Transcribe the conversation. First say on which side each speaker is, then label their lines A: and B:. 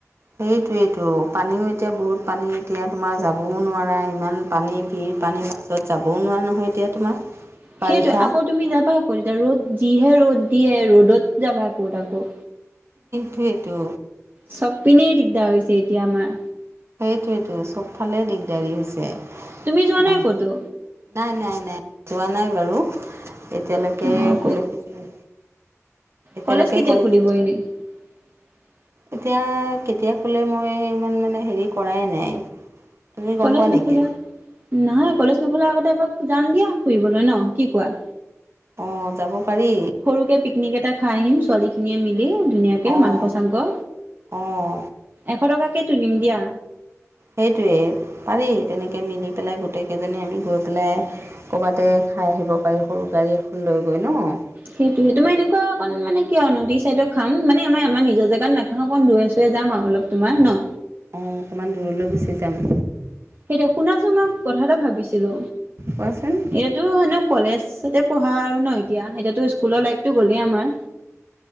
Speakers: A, on the right; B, on the right.
A: সেইটোৱেইতো, পানীও এতিয়া বহুত পানী এতিয়া তোমাৰ যাবও নোৱাৰা ইমান পানী ভিৰ পানী নাজ য'ত যাবও নোৱাৰা নহয় এতিয়া তোমাৰ।
B: <inaudible>
A: বাৰিষা
B: সেইটোৱেই, আকৌ তুমি যাবা আকৌ তেতিয়া ৰ'দ যিহে ৰ'দ দিয়ে ৰ'দত যাবা আকৌ আকৌ।
A: সেইটোৱেতো।
B: চ'ব পিনে দিগদাৰ হৈছে এতিয়া আমাৰ।
A: সেইটোৱেইটো, চ'বফালে দিগদাৰী হৈছে।
B: তুমি যোৱা
A: মানে
B: নাই ক'তো?
A: নাই নাই নাই যোৱা নাই বাৰু এতিয়ালৈকে
B: অ'
A: কলৈকো এতিয়ালৈকে
B: কলেজ কেতিয়া
A: ক'লৈকো-
B: খুলিব <inaudible>
A: এতিয়া কেতিয়া খোলে মই ইমান মানে হেৰি কৰাই নাই। তুমি গম
B: কলেজ
A: পোৱা
B: নোখোলা,
A: নেকি
B: নহয় কলেজ নোখোলা আগতে এপাক যাম দিয়া ফুৰিবলৈ ন' কি কোৱা?
A: অঁ' যাব পাৰি।
B: সৰুকে পিকনিক এটা খাই আহিম ছোৱালী খিনিয়ে মিলি ধুনীয়াকে-
A: অঁ
B: মাংস চাংস,
A: অঁ
B: এশ টকাকে তুলিম দিয়া।
A: সেইটোৱেই, পাৰি তেনেকৈ মিলি পেলাই গোটেইকেইজনী আমি গৈ পেলাই- ক'ৰবাতে খাই আহিব পাৰি সৰু গাড়ী এখন লৈ গৈ ন'।
B: সেইটোয়ে, তোমাৰ এনেকুৱা অকন মানে কিয় নদী চাইডত খাম মানে আমাৰ-আমাৰ নিজৰ জেগাত না অকণ ধূৰে-চুৰে যাম আৰু অলপ তোমাৰ ন'।
A: অঁ অকণমান দূৰলৈ গুচি যাম।
B: সেইটোয়ে, শুনাচোন <unintelligible> কথা এটা ভাবিছিলো,
A: কোৱাচোন
B: ইয়াত টো এনেই কলেজতে পঢ়া আৰু ন' এতিয়া এতিয়াতো স্কুলৰ লাইফ টো গ'লে আমাৰ।